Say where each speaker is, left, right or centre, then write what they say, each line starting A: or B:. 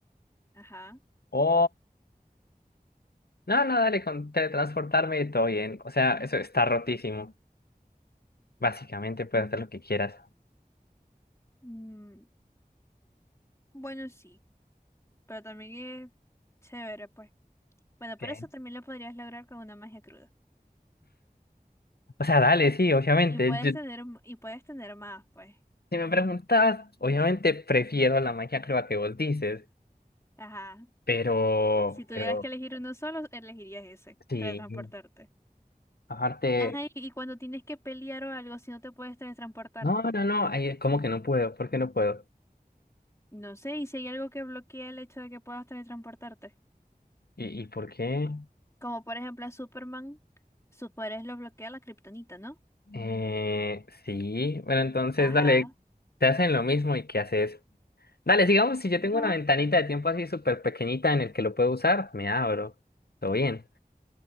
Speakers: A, on the left; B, on the left.
A: ajá.
B: o... No, no, dale, con teletransportarme y todo bien. O sea, eso está rotísimo. Básicamente puedes hacer lo que quieras.
A: Mm, bueno, sí. Pero también es chévere, pues. Bueno,
B: Ok.
A: por eso también lo podrías lograr con una magia cruda.
B: O sea, dale, sí, obviamente.
A: Y puedes
B: Yo-
A: tener, m- y puedes tener más, pues.
B: si me preguntas, obviamente prefiero la magia creo que vos dices,
A: Ajá.
B: pero,
A: Si tuvieras
B: pero
A: que elegir uno solo, elegirías ese,
B: sí,
A: teletransportarte.
B: aparte...
A: Ajá, y, y cuando tienes que pelear o algo, si no te puedes teletransportar.
B: No, no, no, ahí como que no puedo, ¿por qué no puedo?
A: No sé, y si hay algo que bloquea el hecho de que puedas teletransportarte.
B: ¿Y, y por qué?
A: Como por ejemplo a Superman, sus poderes lo bloquea la kriptonita, ¿no?
B: Eh, sí, bueno, entonces
A: Ajá.
B: dale, te hacen lo mismo y ¿qué haces? Dale, sigamos, si
A: No.
B: yo tengo una ventanita de tiempo así súper pequeñita en el que lo puedo usar, me abro, todo bien.